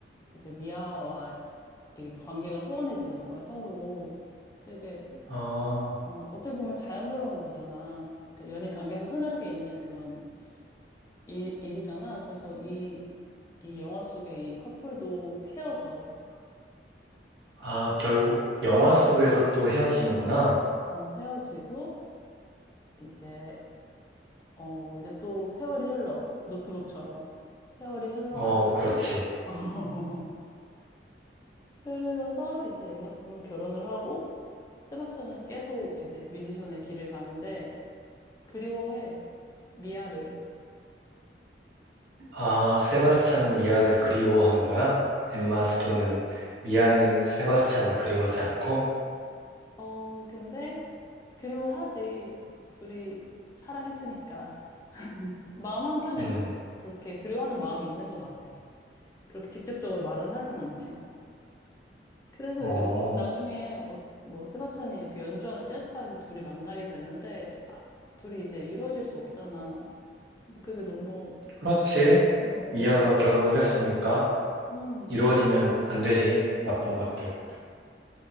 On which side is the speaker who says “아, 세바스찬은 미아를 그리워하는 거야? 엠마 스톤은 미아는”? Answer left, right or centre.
Right